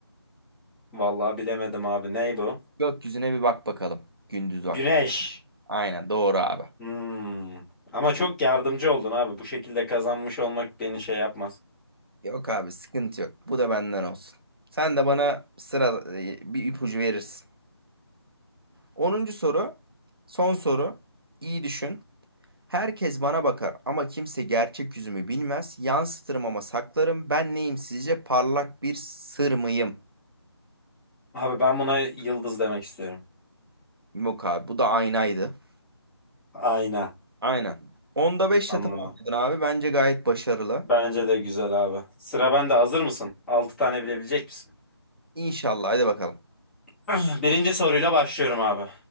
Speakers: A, in the centre; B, on the right.
A: Vallahi bilemedim abi. Ney bu?
B: Gökyüzüne bir bak bakalım. Gündüz vakti.
A: Güneş.
B: Aynen doğru abi.
A: Hmm. Ama çok yardımcı oldun abi. Bu şekilde kazanmış olmak beni şey yapmaz.
B: Yok abi sıkıntı yok. Bu da benden olsun. Sen de bana sıra e, bir ipucu verirsin. Onuncu soru. Son soru. İyi düşün. Herkes bana bakar ama kimse gerçek yüzümü bilmez. Yansıtırım ama saklarım. Ben neyim sizce? Parlak bir sır mıyım?
A: Abi ben buna yıldız demek istiyorum.
B: Yok abi bu da aynaydı.
A: Ayna.
B: Aynen. Onda 5'le
A: Anladım.
B: tamamladın abi. Bence gayet başarılı.
A: Bence de güzel abi. Sıra bende. Hazır mısın? 6 tane bilebilecek misin?
B: İnşallah. Hadi bakalım.
A: <clears throat> Birinci soruyla başlıyorum abi.